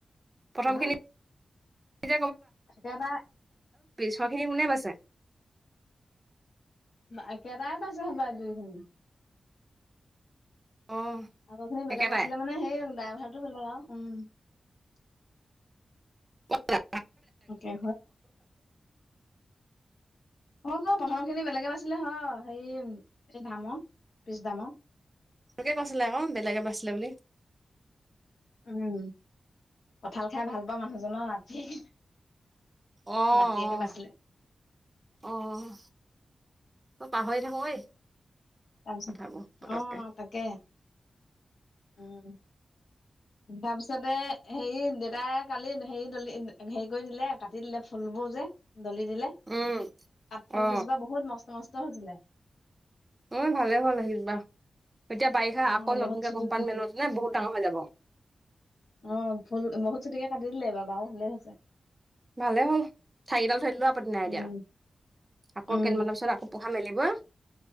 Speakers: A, on the right; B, on the left.
A: প্ৰথমখিনি।
B: অ
A: ব
B: একেবাৰে
A: খিনি কোনে। <unintelligible> ছ।
B: একেটাৰে পাইছে হবা দুইখনি।
A: অ'
B: আগৰ খিনি বেলেগ
A: একেটাই
B: আছিলে মানে সেই ড্ৰাই ভাৰটো বেলেগ আৰু। উম <unintelligible>
A: প। <unintelligible>
B: হয় <unintelligible> অঁ মই প্ৰথমখিনি বেলেগ <unintelligible> পছিলে হ হেৰি এই দামৰ পিছ দামৰ
A: তোকে কৈছিলে আকৌ বেলেগে বাছিলে বুলি।
B: উম! কঁঠাল খাই ভালপোৱা মানুহজনৰ <unintelligible> <inaudible>
A: অঁ-অঁ!
B: নাতিয়েকে বাচিলে
A: অঁ অ পাহৰি থাকোঁ ঐ।
B: তাৰপিছত
A: কথাবোৰ পতককে
B: আহ তাকে উম! তাৰপিছতে হেৰি দেউতাই কালি হেৰি দলি হেৰি কৰি দিলে, কাটি দিলে ফুলবোৰ যে। দলি দিলে,
A: উম
B: পাতফুল
A: অ
B: কিজোপা বহুত মস্ত-মস্ত। <unintelligible> ছিলে
A: উম ভালে হ'ল আহিবা। এতিয়া বাৰিষা
B: অ
A: আকৌ
B: বহুত
A: নতুনকে
B: চুটি
A: কুঁহিপাত মেলোঁতে নে বহুত ডাঙৰ হৈ যাব।
B: অ ফুল বহুত চুটিকে কাটি দিলে বা-বাও ভালে হৈছে।
A: ভালে হ'ল ঠাৰিডাল থৈ দিলোঁ আপত্তি নাই
B: উম
A: এতিয়া। আকৌ
B: উম
A: কেইদিনমানৰ পিছত আকৌ পোঁখা মেলিব‌ই